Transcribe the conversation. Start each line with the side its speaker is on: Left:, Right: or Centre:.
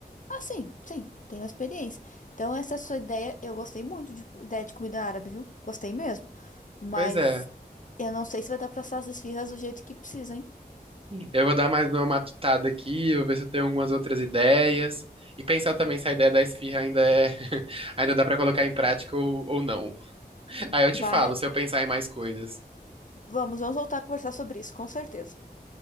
Left: Ah, sim, sim, tenho experiência. Então, essa sua ideia, eu gostei muito de ideia de comida árabe, viu? Gostei mesmo. Mas
Right: Pois é.
Left: eu não sei se vai dar pra assar as esfirras do jeito que precisa, hein?
Right: Eu vou dar mais uma matutada aqui, vou ver se eu tenho algumas outras ideias. E pensar também se a ideia da esfirra ainda é, <laughs> ainda dá pra colocar em prática ou, ou não. Aí eu te
Left: Vai,
Right: falo se eu pensar em mais coisas.
Left: vamos, vamos voltar a conversar sobre isso, com certeza.